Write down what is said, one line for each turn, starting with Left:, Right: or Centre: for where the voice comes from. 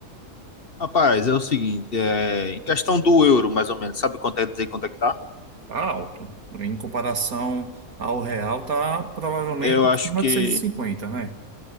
Left: Rapaz, é o seguinte, é, em questão do euro, mais ou menos, sabe quanto é dizer quanto é que tá?
Right: Tá alto. Em comparação ao real, tá provavelmente
Left: Eu
Right: em
Left: acho
Right: cima
Left: que
Right: de seis e cinquenta, né?